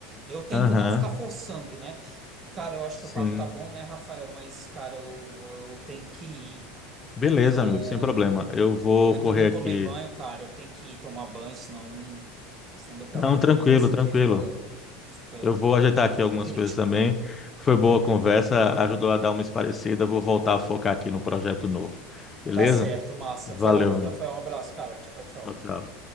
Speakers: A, on the right (about 30°); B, on the left (about 25°).
A: Eu tento
B: Aham.
A: não ficar forçando, né? Cara, eu acho
B: Sim.
A: que o papo tá bom, né, Rafael? Mas, cara, eu, eu tenho que ir.
B: Beleza,
A: Eu,
B: amigo, sem problema. Eu vou
A: eu ainda
B: correr
A: não
B: aqui.
A: tomei banho, cara, eu tenho que ir tomar banho, senão, senão daqui
B: Não,
A: a pouco
B: tranquilo,
A: o negócio
B: tranquilo.
A: aqui fica, fica
B: Eu vou ajeitar aqui algumas
A: crítico.
B: coisas também. Foi boa a conversa, ajudou a dar uma esparecida. Vou voltar a focar aqui no projeto novo. Beleza?
A: Tá certo, massa.
B: Valeu.
A: Falou, Rafael, um abraço, cara. Tchau, tchau.
B: Tchau, tchau.